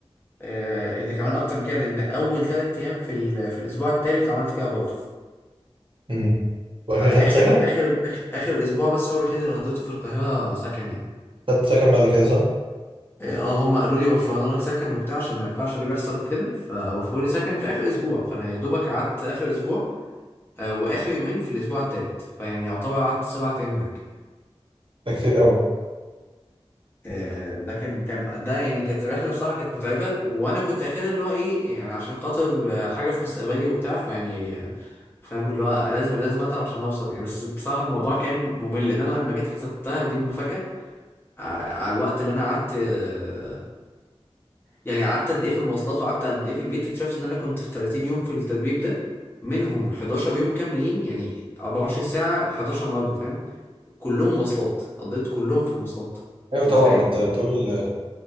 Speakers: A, on the left; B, on the right.
A: آه، اللي كمان أكتر من كده لأن أول تلات أيام في ال- في الأسبوع التالت عملت كده برضه
B: امم وبعد كده
A: انا
B: خدت
A: اخر
B: سكن
A: اخر اخر, آخر اسبوع بس هو الوحيد اللي قضيته في القاهره سكن يعني
B: خدت سكن بعد كده صح
A: اه هم قالوا لي وفرنا لك سكن وبتاع عشان ما ينفعش اللي بيحصل وكده فوفروا لي سكن في اخر اسبوع فانا يا دوبك قعدت اخر اسبوع آه، واخر يومين في الاسبوع الثالث فيعني يعتبر قعدت سبع ايام هناك
B: ده كتير قوي
A: آه، ده كان كان ده يعني كانت رحله بصراحه كانت متعبه وانا كنت اخدها اللي هو ايه يعني عشان خاطر آه، حاجه في مستقبلي وبتاع فيعني آه، فاهم اللي هو لازم لازم اتعب عشان اوصل يعني بس بصراحه الموضوع كان ممل لان انا لما جيت حسبتها ودي المفاجاه ع- على الوقت اللي انا قعدت آه، يعني قعدت قد ايه في المواصلات وقعدت قد ايه في البيت اكتشفت ان انا كنت في 30 يوم في التدريب ده منهم 11 يوم كاملين يعني 24 ساعة 11 مرة فاهم كلهم مواصلات قضيت كلهم في المواصلات
B: ايوه
A: انت
B: طبعا
A: متخيل
B: ما انت بتقول آه،